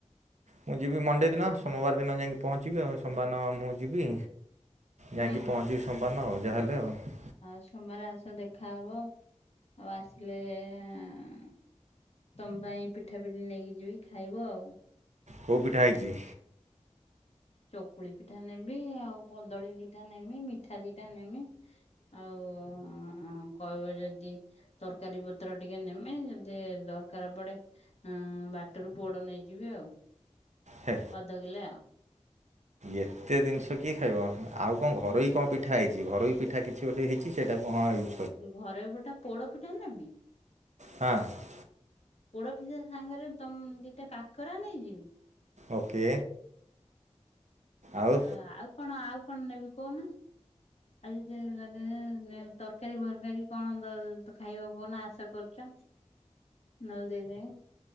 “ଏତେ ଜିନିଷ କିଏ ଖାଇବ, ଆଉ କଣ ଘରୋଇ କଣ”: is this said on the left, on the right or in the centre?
Right